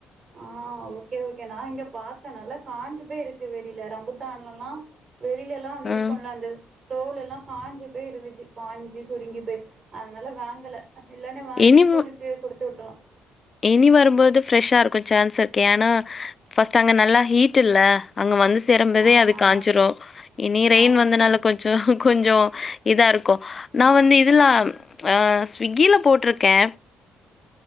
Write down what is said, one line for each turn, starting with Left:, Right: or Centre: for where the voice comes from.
Right: ஆஹ் ஓகே ஓகே நான் இங்க பாத்தேன் நல்லா வேல காஞ்சு போய் இருக்கு வெளியிலலா ரம்புத்தான்லல்லாம் வெளியில எல்லாம் இருக்கும்ல
Left: ம்.
Right: அந்த தோல எல்லாம் காஞ்சு போய் இருந்துச்சு காஞ்சி சுருங்கி போய் அதனால வாங்கல இல்லன்னே வாங்கி
Left: இனி
Right: ஸ்கூலுக்கு
Left: மு
Right: குடுத்து விட்டுற்லாம்
Left: இனி வரும்போது ஃப்ரெஷ்ஷா இருக்கும் ஷான்ஸ் இருக்கு ஏன்னா ஃபர்ஸ்ட் அங்க நல்லா ஹீட் இல்ல அங்க வந்து தெறம்சதே
Right: ஆமா
Left: அது காஞ்சிரும் இனி
Right: காஞ்சு
Left: ரெயின் வந்தனால கொஞ்சோ கொஞ்சோ இதா இருக்கோ நா வந்து இதுலான் ஆஹ் ஸ்விக்கில போட்டிருக்கே